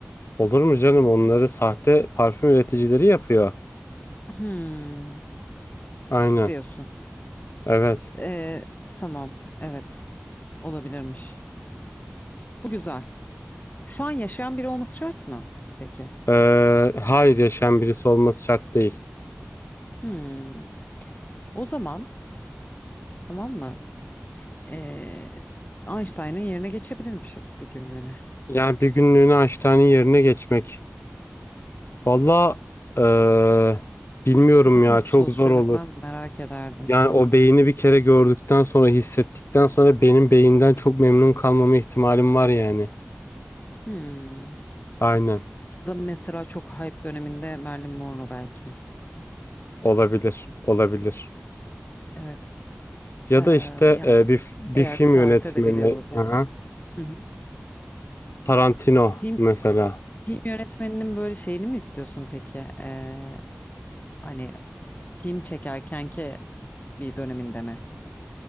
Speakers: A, on the left; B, on the left.
A: Olur mu canım? Onları sahte parfüm üreticileri yapıyor.
B: Hmm,
A: Aynen.
B: diyorsun.
A: Evet.
B: Ee, tamam evet olabilirmiş. Bu güzel. Şu an yaşayan biri olması şart mı? Peki.
A: Ee, hayır yaşayan birisi olması şart değil.
B: Hmm, o zaman tamam mı? Ee, Einstein'ın yerine geçebilirmişiz bir günlüğüne.
A: Yani bir günlüğüne hastane yerine geçmek. Valla ee, bilmiyorum
B: Kafası
A: ya
B: nasıl
A: çok
B: çalışıyor
A: zor olur.
B: mesela merak ederdim.
A: Yani o beyni bir kere gördükten sonra hissettikten sonra benim beyinden çok memnun kalmama ihtimalim var yani.
B: Hmm.
A: Aynen.
B: Da mesela çok hype döneminde Marilyn Monroe belki.
A: Olabilir. Olabilir.
B: Evet.
A: Ya
B: Ee,
A: da işte
B: yani
A: ee, bir, bir
B: eğer
A: film
B: tarihte
A: yönetmeni.
B: de biri olabiliyorsa.
A: Aha.
B: Hı hı.
A: Tarantino
B: Film
A: mesela.
B: Film yönetmeninin böyle şeyini mi istiyorsun peki? Ee, hani film çekerkenki bir döneminde mi?